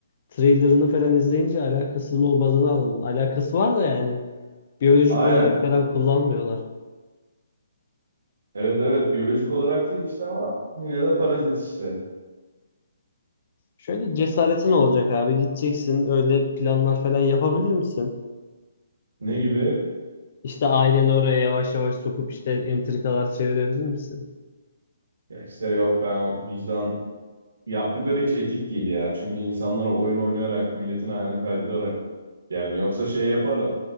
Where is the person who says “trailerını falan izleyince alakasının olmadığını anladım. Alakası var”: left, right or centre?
Left